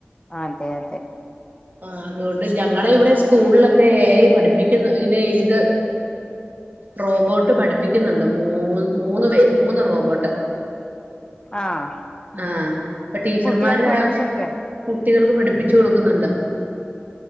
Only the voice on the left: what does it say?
അതെ അതെ
ആഹ്
കുട്ടികൾക്ക് പഠിപ്പിച്ചു
കൊടുക്കേ